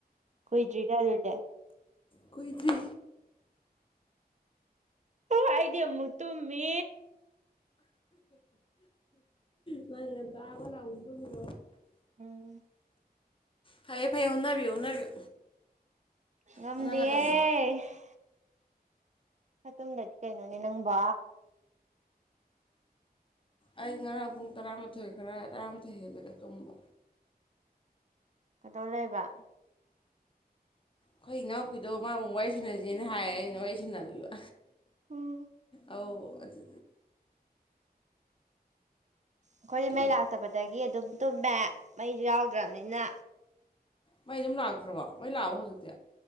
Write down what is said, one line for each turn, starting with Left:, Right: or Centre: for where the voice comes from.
Right: ꯀꯨꯏꯗ꯭ꯔꯤꯗ ꯑꯗꯨꯗ‌ꯦ
Left: ꯀꯨꯏꯗ꯭ꯔꯤ
Right: ꯑꯥ ꯑꯩꯗꯤ ꯑꯃꯨꯛ ꯇꯨꯝꯃꯤ
Left: ꯅꯪ ꯉꯟꯇ ꯍꯧꯒꯠꯂ ꯑꯃꯨꯛ ꯇꯨꯝꯃꯤ <unintelligible>
Right: ꯎꯝ
Left: ꯐꯩꯌꯦ ꯐꯩꯌꯦ ꯍꯣꯠꯅꯕꯤꯌꯨ ꯍꯣꯠꯅꯕꯤꯌꯨ
Right: ꯉꯝꯗꯤꯌꯦ
Left: ꯍꯣꯠꯅꯒꯗꯕꯅꯦ
Right: ꯈꯔ ꯇꯨꯝꯗ꯭ꯔꯗꯤ ꯀꯩꯅꯣꯅꯦ ꯅꯪꯕꯣ
Left: ꯑꯩ ꯉꯔꯥꯡ ꯄꯨꯡ ꯇꯔꯥꯃꯥꯊꯣꯏ ꯈꯔ ꯇꯔꯥꯃꯊꯣꯏ ꯍꯦꯜꯂꯒ ꯇꯨꯝꯕ
Right: ꯀꯗꯧ ꯂꯩꯕ
Left: ꯈꯣꯏ ꯏꯅꯥꯎꯄꯤꯗꯣ ꯃꯥ ꯃꯨꯛ ꯋꯥꯔꯤ ꯁꯥꯟꯅꯖ‌ꯦꯅ ꯍꯥꯏ ꯑꯩꯅ ꯋꯥꯔꯤ ꯁꯥꯅꯕꯤꯕ
Right: ꯎꯝ
Left: ꯑꯧ ꯑꯗꯨ
Right: ꯑꯈꯣꯏꯗꯤ
Left: ꯑꯗꯨꯝ
Right: ꯃꯩ ꯂꯥꯛꯇꯕꯗꯒꯤ ꯑꯗꯨꯝ ꯇꯨꯝꯃꯦ ꯃꯩꯁꯨ ꯌꯥꯎꯗ꯭ꯔꯝꯅꯤꯅ
Left: ꯃꯩ ꯑꯗꯨꯝ ꯂꯥꯛꯇ꯭ꯔꯕꯣ ꯃꯩ ꯂꯥꯛꯑꯕꯣ ꯍꯧꯖꯤꯛꯇꯤ